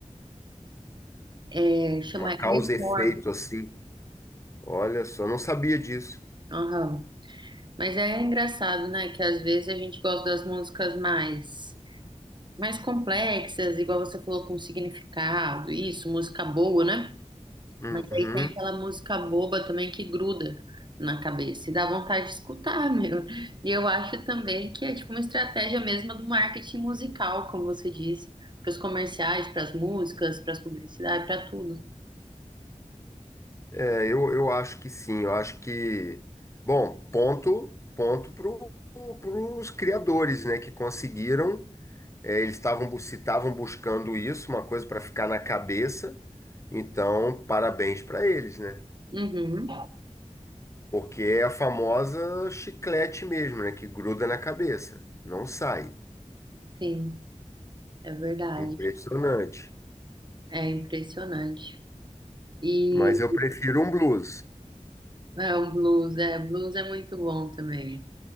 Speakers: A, on the right; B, on the left.
A: é, chama
B: Uma causa
A: earworm.
B: e efeito, assim. Olha só, não sabia disso.
A: Aham. Mas é engraçado, né, que às vezes a gente gosta das músicas mais mais complexas, igual você falou, com significado, isso, música boa, né?
B: Uhum.
A: Mas aí tem aquela música boba também que gruda na cabeça e dá vontade de escutar, <laughs> meu. E eu acho também que é tipo uma estratégia mesmo do marketing musical, como você disse, para os comerciais, para as músicas, para as publicidades, para tudo.
B: É, eu, eu acho que sim. Eu acho que... Bom, ponto, ponto para os criadores, né, que conseguiram É, eles estavam bu- se estavam buscando isso, uma coisa para ficar na cabeça. Então, parabéns para eles, né?
A: Uhum,
B: Porque é a famosa chiclete mesmo, né? Que gruda na cabeça, não sai.
A: sim, é verdade.
B: Impressionante.
A: É impressionante. E
B: Mas eu prefiro um blues.
A: é um blues, é, blues é muito bom também.